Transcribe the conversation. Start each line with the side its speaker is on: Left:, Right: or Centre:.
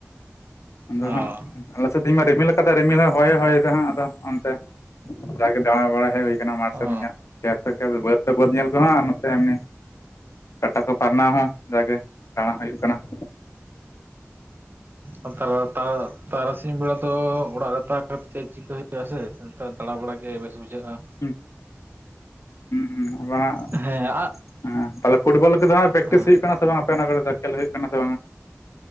Left: ᱟᱫᱚ
Right: ᱚ
Left: ᱦᱟᱸᱜ ᱟᱞᱮ ᱥᱮᱫ ᱛᱮᱦᱮᱸᱧ ᱢᱟ ᱨᱤᱢᱤᱞ ᱠᱟᱫᱟ ᱨᱤᱢᱤᱞ ᱦᱚᱸ ᱦᱚᱭ ᱦᱚᱭ ᱫᱟ, ᱟᱫᱚ ᱚᱱᱛᱮ? ᱡᱟᱜᱮ ᱫᱟᱬᱟ ᱵᱟᱲᱟ ᱦᱮᱡ ᱩᱳᱭ ᱟᱠᱟᱱᱟ ᱢᱟᱴ
Right: ᱚ
Left: ᱥᱮᱫ ᱜᱮᱱᱟ ᱠᱷᱮᱛ ᱠᱷᱮᱛ ᱵᱟᱹᱫᱷ ᱨᱮ ᱵᱟᱹᱫᱷ ᱧᱮᱞ ᱠᱚᱦᱚᱸ ᱟᱨ ᱱᱚᱛᱮ ᱮᱢᱱᱤ ᱠᱟᱴᱟ ᱠᱚ ᱯᱷᱟᱨᱱᱟᱣ ᱦᱚᱸ ᱡᱟᱜᱮ ᱫᱟᱸᱬᱟ ᱦᱳᱭᱳᱜ ᱠᱟᱱᱟ᱾ ᱾
Right: ᱟᱨ ᱛᱟᱨᱟ ᱛᱟ ᱛᱟᱨᱟᱥᱤᱧ ᱵᱮᱲᱟ ᱫᱚ ᱚᱲᱟᱜ ᱨᱮ ᱛᱟᱦᱮᱸ ᱠᱟᱛᱮᱫ ᱪᱮᱫ ᱪᱤᱠᱟᱹᱭ ᱦᱳᱭᱳᱜ ᱛᱟᱭᱟ ᱥᱮ? ! ᱱᱮᱛᱟᱨ ᱫᱟᱬᱟ ᱵᱟᱲᱟ ᱜᱮ ᱵᱮᱥ ᱵᱩᱡᱷᱟᱹᱜᱼᱟ ᱾
Left: ᱩᱸ! ᱦᱩᱸ-ᱦᱩᱸ ᱟᱵᱱᱟᱜ,
Right: ᱦᱮᱸ ᱟᱜ
Left: ᱦᱮᱸ ᱛᱟᱦᱚᱞᱮ ᱯᱷᱩᱴᱵᱚᱞ ᱠᱚᱫᱚ ᱦᱟᱸᱜ ᱯᱮᱠᱴᱤᱥ
Right: ᱦᱮᱸ
Left: ᱦᱳᱭᱳᱜ ᱠᱟᱱᱟ? ᱥᱮ ᱵᱟᱝ, ᱟᱯᱮ ᱚᱱᱟ ᱠᱚᱨᱮᱫᱚ ᱠᱷᱮᱞ ᱦᱳᱭᱳᱜ ᱠᱟᱱᱟ ᱥᱮ ᱵᱟᱝ?